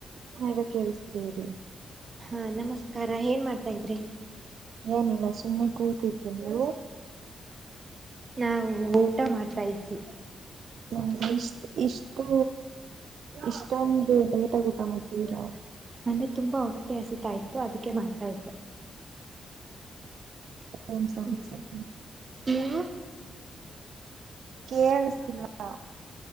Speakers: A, on the right (about 70°); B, on the right (about 30°).
A: ಹಾ ಇವಾಗ ಕೇಳಿಸ್ತಿದೆ ಹೇಳಿ
B: ಹಾ ನಮಸ್ಕಾರ ಏನ್ ಮಾಡ್ತಾ ಇದ್ರಿ
A: ಏನಿಲ್ಲ ಸುಮ್ನೆ ಕೂತಿದ್ರು ನೀವು
B: ನಾವು ಊಟ ಮಾಡ್ತಾ ಇದ್ವಿ
A: ಹ ಇಷ್ಟ ಇಷ್ಟು ಇಷ್ಟೊಂದು ಲೆಟ ಊಟ ಮಾಡ್ತಿದ್ದೀರಾ
B: ನನಗೆ ತುಂಬಾ ಹೊಟ್ಟೆ ಹಸಿತಾ ಇತ್ತು ಅದಕ್ಕೆ ಮಾಡ್ತಾ ಇೆ
A: ಏನು ಸಾಮಚರ
B: ಹ್ಮ್
A: ಸರ್
B: ನೀವು
A: ಕೇಳ್ಸ್ತಾಲ